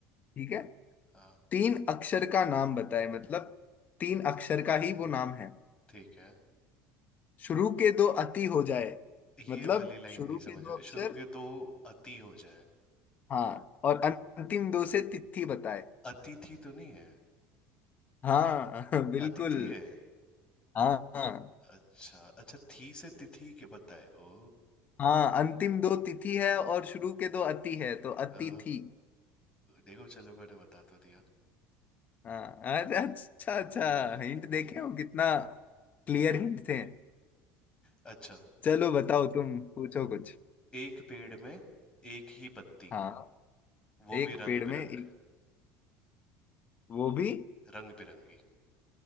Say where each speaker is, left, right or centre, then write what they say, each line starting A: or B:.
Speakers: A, on the left (about 35°); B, on the left (about 20°).
A: ठीक है
B: हाँ
A: तीन अक्षर का नाम बताए मतलब तीन अक्षर का ही वो नाम है
B: ठीक है
A: शुरू के दो अति हो जाए
B: ये
A: मतलब
B: वाली लाइन
A: शुरू
B: नहीं समझ
A: के दो
B: में
A: अक्षर
B: शुरू के दो अति हो जाए
A: हाँ और अंतिम दो से तिथि बताए
B: अतिथि तो नहीं है
A: हाँ <laughs> बिल्कुल
B: अतिथि है
A: हाँ हाँ
B: अच्छा अच्छा थी से तिथि के बताए ओ
A: हाँ अंतिम दो तिथि है और शुरू के दो अति है तो अतिथि
B: ओ देखो चलो मैंने बता तो दिया
A: हाँ अरे अच्छा अच्छा
B: हम्म
A: हिंट
B: हम्म
A: देखे हो कितना क्लियर हिंट थे
B: अच्छा
A: चलो बताओ तुम पूछो कुछ
B: एक पेड़ में एक ही पत्ती
A: हाँ
B: वो
A: एक
B: भी रंग
A: पेड़
B: बिरंग
A: में एक वो भी
B: रंग बिरंगी